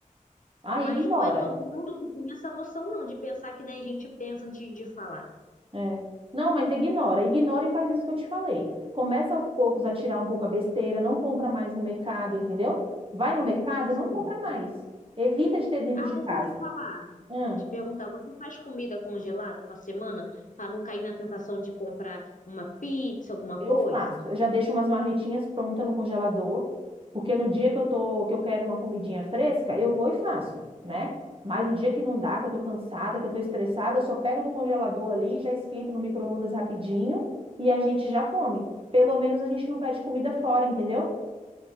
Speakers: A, on the right; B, on the left.
A: Ai,
B: Mas
A: ignora.
B: não é todo mundo que tem essa noção, não, de pensar que nem a gente pensa antes de falar.
A: É. Não, mas ignora, ignora e faz isso que eu te falei. Começa aos poucos a tirar um pouco a besteira, não compra mais no mercado, entendeu? Vai no mercado,
B: Sim.
A: não compra mais. Evita de ter dentro
B: Ah,
A: de
B: deixa
A: casa.
B: eu te falar.
A: Hum.
B: Te perguntar, você faz comida congelada para semana para não cair na tentação de comprar uma pizza, alguma
A: Eu
B: coisa?
A: faço. Eu já deixo umas marmitinhas prontas no congelador, porque no dia que eu tô, que eu quero uma comidinha fresca, eu vou e faço, né? Mas o dia que não dá, que eu tô cansada, que eu tô estressada, eu só pego do congelador ali, já esquento no micro-ondas rapidinho e a gente já come. Pelo menos a gente não pede comida fora, entendeu?